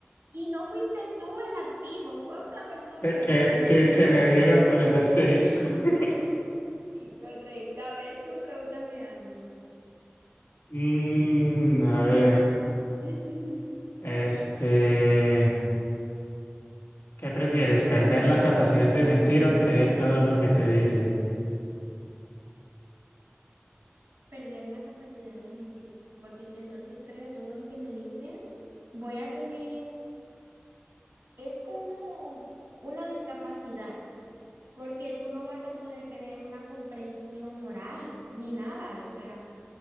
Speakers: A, on the right; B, on the left.
A: Y no fuiste tú el activo, fue otra persona
B: que,
A: el activo.
B: que, que, que me dieron por el asterisco. <laughs>
A: Sí, correcto. A ver, tú pregúntame algo.
B: Mm, a ver,
A: <laughs>
B: este, ¿qué prefieres? ¿Perder la capacidad de mentir o creer todo lo
A: Y
B: que te dicen?
A: perder la capacidad de mentir, porque si entonces creo todo lo que me dicen, voy a tener, es como una discapacidad, porque tú no vas a poder tener una comprensión oral ni nada, o sea,